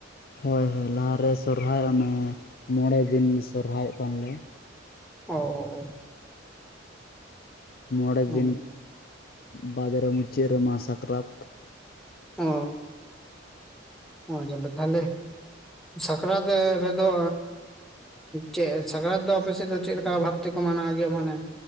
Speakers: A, on the left; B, in the centre.
A: ᱦᱳᱭ ᱦᱳᱭ ᱞᱟᱦᱟ ᱨᱮ ᱥᱚᱨᱦᱟᱭ ᱚᱱᱮ ᱢᱚᱬᱮ ᱫᱤᱱ ᱥᱚᱨᱦᱟᱭᱚᱜ ᱠᱟᱱᱞᱮᱼᱼ
B: ᱚ ᱚ ᱚ
A: ᱢᱚᱬᱮ
B: ᱚ
A: ᱫᱤᱱ ᱵᱟᱫ ᱨᱮ ᱢᱩᱪᱟᱹᱫ ᱨᱮ ᱢᱟ ᱥᱟᱠᱨᱟᱛᱼᱼ
B: ᱚ ᱚ ᱡᱟᱞᱟ ᱛᱟᱦᱚᱞᱮᱼᱼ ᱥᱟᱠᱨᱟᱛ ᱨᱮ ᱨᱮ ᱫᱚᱼᱼ ᱪᱮᱫ ᱥᱟᱠᱨᱟᱛ ᱫᱚ ᱟᱯᱮ ᱥᱮᱫ ᱫᱚ ᱪᱮᱫ ᱞᱮᱠᱟ ᱵᱷᱟᱵ ᱛᱮ ᱠᱚ ᱢᱟᱱᱟᱣ ᱜᱮᱭᱟ ᱢᱟᱱᱮ